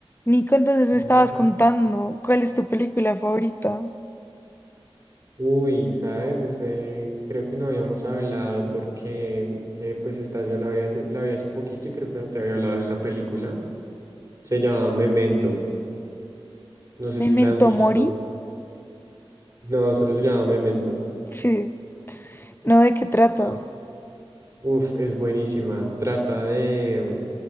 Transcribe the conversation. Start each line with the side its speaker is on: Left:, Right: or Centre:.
Left: Nico, entonces
Right: Bueno,
Left: me estabas
Right: eso-
Left: contando cuál es tu película favorita.
Right: Uy, ¿sabes? Este, creo que no habíamos hablado porque, eh, pues, esta yo la vi hace, la vi hace poquito y creo que no te había hablado de esta película. Se llama Memento. No sé
Left: ¿Memento
Right: si la has visto.
Left: Mori?
Right: No, solo se llama Memento.
Left: <laughs> ¿No de qué trata?
Right: No. Uf, es buenísima. Trata de,